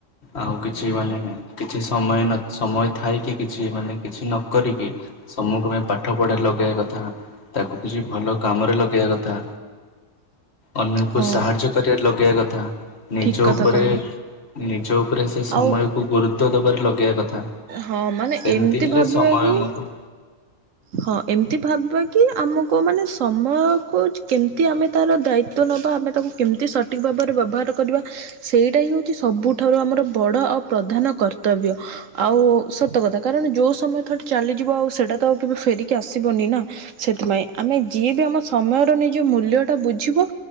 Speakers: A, on the left (about 55°); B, on the right (about 75°).
A: ଆଉ କିଛି ମାନେ ଏ କିଛି ସମୟ ସମୟ ଥାଇ କିି କିଛି ମାନେ କିଛି ନ କରିକି ସମୟ କୁ ପା ପାଠ ପଢ଼ାରେ ଲଗେଇବା କଥା। ତାକୁ କିଛି ଭଲ କାମରେ ଲଗେଇବା କଥା। ଅନ୍ୟକୁ
B: ହଁ
A: ସାହାଯ୍ୟ କରିବାରେ ଲଗେଇବା କଥା। ନିଜ
B: ଠିକ କଥା
A: ଉପରେ
B: କହିଲୁ
A: ନିଜ ଉପରେ ସେ ସମୟକୁ
B: ଆଉ
A: ଗୁରୁତ୍ୱ ଦବାରେ ଲଗେଇବା କଥା।
B: ହଁ ମାନେ
A: ସେମିତି
B: ଏମିତି
A: ହେଲେ
B: ଭାବିବା
A: ସମୟ
B: କି
A: ଆମକୁ
B: ହଁ ଏମିତି ଭାବିବା କି ଆମକୁ ମାନେ ସମୟକୁ କେମିତି ଆମେ ତାର ଦାୟିତ୍ଵ ନବା ଆମେ ତାକୁ କେମିତି ସ ସଠିକ ଭାବରେ ବ୍ୟବହାର କରିବା ସେଇଟା ହିଁ ହଉଛି ସବୁଠାରୁ ଆମର ବଡ ଆଉ ପ୍ରଧାନ କର୍ତ୍ତବ୍ୟ। ଆଉ ସତ କଥା କାରଣ ଯୋଉ ସମୟ ଥରଟେ ଚାଲିଯିବ ଆଉ ସେଇଟା ତ ଆଉ କେବେ ଫେରିକି ଆସିବନି ନା। ସେଥିପାଇଁ ଆମେ ଯିଏ ବି ଆମ ସମୟର ନିଜ ମୂଲ୍ୟ ଟା ବୁଝିବ